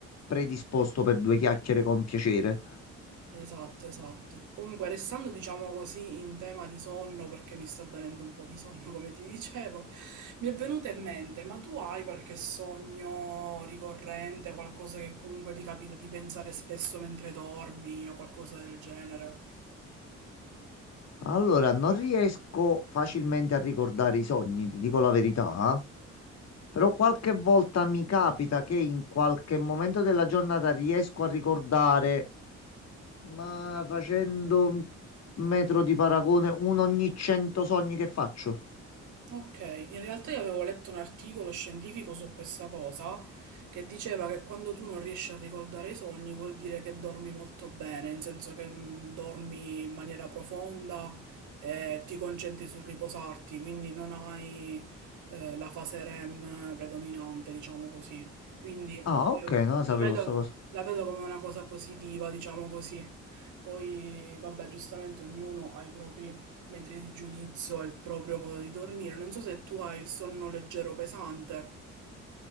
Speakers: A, on the left; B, on the right.
A: predisposto per due chiacchiere con piacere.
B: Esatto, esatto. Comunque, restando, diciamo così, in tema di sonno, perché mi sta venendo un po' di sonno, come ti dicevo, mi è venuto in mente, ma tu hai qualche sogno ricorrente, qualcosa che comunque ti capita di pensare spesso mentre dormi o qualcosa del genere?
A: Allora, non riesco facilmente a ricordare i sogni, ti dico la verità, eh. però qualche volta mi capita che in qualche momento della giornata riesco a ricordare, ma facendo un metro di paragone, uno ogni 100 sogni che faccio.
B: Ok, in realtà io avevo letto un articolo scientifico su questa cosa che diceva che quando tu non riesci a ricordare i sogni vuol dire che dormi molto bene, in senso che mm, dormi in maniera profonda e ti concentri sul riposarti, quindi non hai eh, la fase REM predominante, diciamo così. Quindi
A: Ah,
B: eh,
A: ok, non la
B: la
A: sapevo
B: vedo,
A: sta cosa.
B: la vedo come una cosa positiva, diciamo così. Poi, vabbè, giustamente ognuno ha i propri metri di giudizio e il proprio modo di dormire. Non so se tu hai il sonno leggero o pesante.